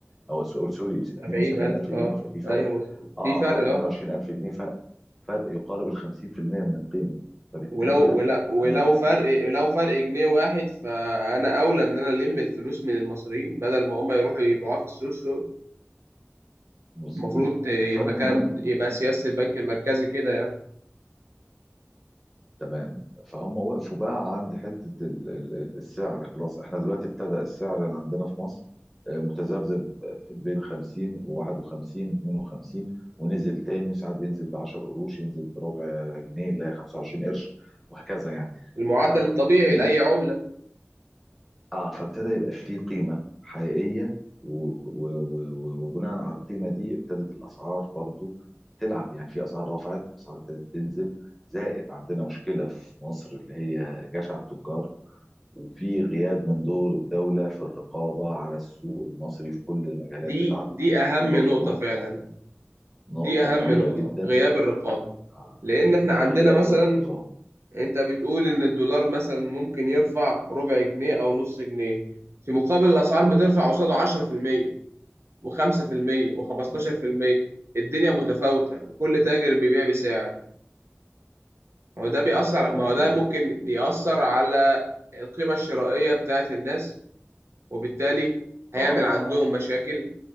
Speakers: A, in the centre; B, on the right.
A: او سوري سوري 72000
B: 70000
A: جنيه
B: اه
A: ففي فرق
B: ايوه مظبوط
A: اه
B: في فرق
A: فرق 22000
B: اه
A: جنيه فرق فرق يقارب ال 50% من القيمه فبالتالي
B: ولو
A: لا
B: ولو ولو
A: انا كان
B: فرق ولو فرق جنيه واحد فانا اولى ان انا الم الفلوس من المصريين بدل ما هم يروحوا يبيعوها في السوق
A: مظبوط
B: المفروض المكان
A: فالمهم
B: يبقى سياسة البنك المركزي كده يعني
A: تمام فهم وقفوا بقى عند حتة ال- ال- ال- السعر خلاص احنا دلوقتي ابتدى السعر عندنا في مصر آه، متذبذب آه، في بين 50 و51 52 ونزل تاني ساعات بينزل ب 10 قروش ينزل بربع جنيه اللي هي 25 قرش وهكذا يعني
B: المعدل
A: ف-
B: الطبيعي
A: فابتدينا
B: لأي عملة
A: اه فابتدى يبقى فيه قيمة حقيقية و... و... و... و- وبناء على القيمة دي ابتدت الأسعار برضو تلعب يعني في أسعار رفعت أسعار ابتدت تنزل زائد عندنا مشكلة في مصر اللي هي جشع التجار وفي غياب من دور الدولة في الرقابة على السوق المصري في كل المجالات
B: دي
A: بتاعته
B: دي أهم
A: دي برضو
B: نقطة
A: نقطة
B: فعلا
A: نقطة
B: دي أهم
A: مهمة
B: نقطة
A: جدا
B: غياب الرقابة
A: آه.
B: لأن إحنا عندنا
A: غياب
B: مثلا
A: الرقابة
B: أنت بتقول إن الدولار مثلا ممكن يرفع ربع جنيه أو نص جنيه في مقابل الأسعار بترفع قصاده 10% و5% و15%
A: مظ-
B: الدنيا متفاوتة وكل تاجر بيبيع بسعر ما هو ده بيأثر ما
A: مظبوط
B: هو ده ممكن يأثر على القيمة الشرائية بتاعت الناس وبالتالي
A: طبعا
B: هيعمل عندهم مشاكل